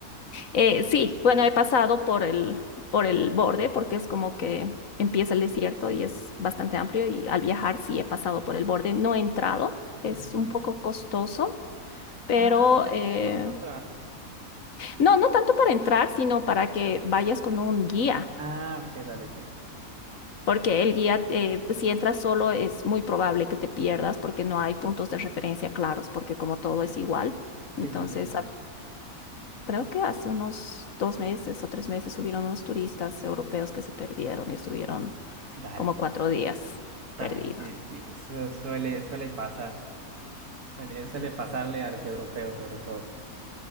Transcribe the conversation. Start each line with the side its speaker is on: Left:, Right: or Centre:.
Left: Eh, sí, bueno, he pasado por el, por el borde porque es como que empieza el desierto y es bastante amplio y al viajar sí he pasado por el borde, no he entrado, es
Right: Ujú.
Left: un poco costoso, pero
Right: Ah, tenés
Left: eh,
Right: que pagar para entrar.
Left: no, no tanto para entrar, sino para que vayas con un guía,
Right: Ah, ok, dale, sí.
Left: porque el guía, eh, si entras solo es muy probable que te pierdas porque no hay puntos de referencia claros, porque como todo
Right: Ujú.
Left: es igual, entonces
Right: Sí, sí, sí, sí, sí.
Left: Creo que hace unos dos meses o tres meses subieron unos turistas europeos que se perdieron y estuvieron
Right: Dale,
Left: como cuatro días
Right: dale,
Left: perdidos.
Right: sí, sí. su- suele, suele pasar. Suele, suele pasarle a los europeos sobre todo.